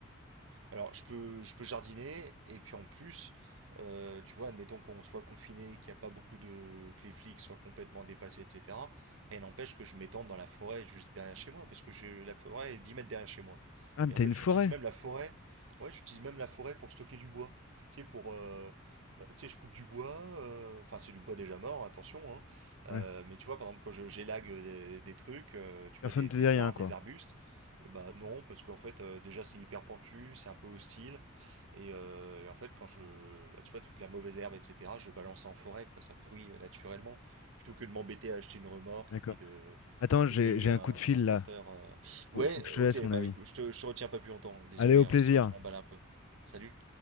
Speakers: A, on the right; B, on the left.
A: Alors, je peux, je peux jardiner, et puis en plus, euh, tu vois, admettons qu'on soit confiné, qu'il n'y a pas beaucoup de... que les flics soient complètement dépassés, etc. Rien n'empêche que je m'étende dans la forêt juste derrière chez moi, parce que j'ai la forêt est 10 mètres derrière chez moi.
B: Ah, mais
A: Et
B: t'as
A: en fait,
B: une
A: j'utilise
B: forêt?
A: même la forêt, ouais, j'utilise même la forêt pour stocker du bois. Tu sais, pour... euh, bah, tu sais, je coupe du bois, euh, enfin c'est du bois déjà mort, attention, hein. Euh,
B: Ouais,
A: mais tu vois, par exemple, quand je- j'élague des, des trucs, euh, tu
B: personne
A: vois, des,
B: te
A: des
B: dit rien,
A: arbres,
B: quoi.
A: des arbustes, et bah non, parce qu'en fait, euh, déjà c'est hyper pentu, c'est un peu hostile. Et, euh, et en fait, quand je. bah, tu vois, toute la mauvaise herbe, etc., je balance ça en forêt, quoi, ça pourrit euh, naturellement. Plutôt que de m'embêter à acheter une remorque
B: D'accord.
A: et puis de,
B: Attends, j'ai
A: de payer
B: j'ai
A: un
B: un coup de fil
A: transporteur.
B: là,
A: euh.
B: faut,
A: Ouais,
B: faut que je
A: ok,
B: te laisse, mon
A: bah
B: ami.
A: écoute, je te, je te retiens pas plus longtemps, désolé,
B: Allez, au
A: hein,
B: plaisir.
A: c'est vrai que je m'emballe un peu. Salut!